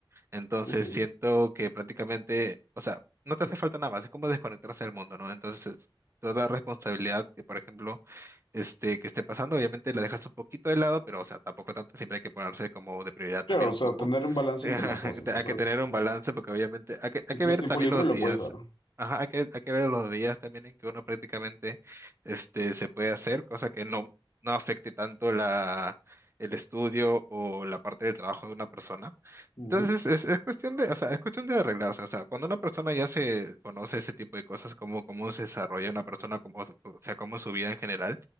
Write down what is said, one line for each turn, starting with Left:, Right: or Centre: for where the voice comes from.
Right: Entonces
Left: Ujú.
Right: siento que prácticamente, o sea, no te hace falta nada más, es como desconectarse del mundo, ¿no? Entonces, toda responsabilidad que, por ejemplo, este, que esté pasando, obviamente la dejas un poquito de lado, pero, o sea, tampoco tanto, siempre hay que ponerse como de prioridad también
Left: Claro, o
Right: un
Left: sea,
Right: poco.
Left: tener un balance
Right: <laughs>
Left: entre las cosas. O
Right: Hay
Left: sea,
Right: que tener
Left: si
Right: un balance porque obviamente hay que,
Left: si
Right: hay que
Left: tienes
Right: ver
Left: tiempo
Right: también
Left: libre,
Right: los
Left: lo
Right: días.
Left: puedes dar.
Right: Ajá, hay que, hay que ver los días también en que uno prácticamente este, se puede hacer, cosa que no, no afecte tanto la, el estudio o la parte de trabajo de una persona.
Left: Ujú,
Right: Entonces es, es cuestión de, o sea, es cuestión de arreglarse. O sea, cuando una persona ya se conoce ese tipo de cosas, cómo, cómo se desarrolla una persona, cómo, o sea, cómo es su vida en general,